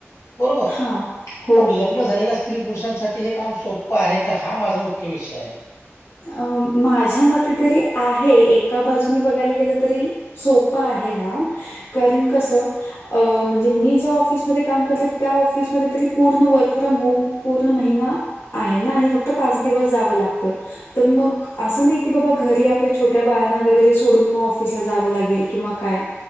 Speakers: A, on the left; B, on the left.
A: बरोबर
B: हां, हो.
A: पण लग्न झालेल्या स्त्री पुरुषांसाठी हे काम सोप्पं आहे का? हा माझा मुख्य विषय आहे.
B: अ माझ्या मते तरी आहे, एका बाजूंनी बघायला गेलं तरी सोप्पं आहे हा, कारण कसं अ म्हणजे मी ज्या ऑफिसमध्ये काम करते त्या ऑफिसमध्ये तरी पूर्ण वर्क फ्रॉम होम पूर्ण महिना आहे ना आणि फक्त पाच दिवस जावं लागतं तर मग असं नाही की बाबा घरी आपल्या छोट्या बाळांना वगैरे सोडून मग ऑफिसला जावं लागेल किंवा काय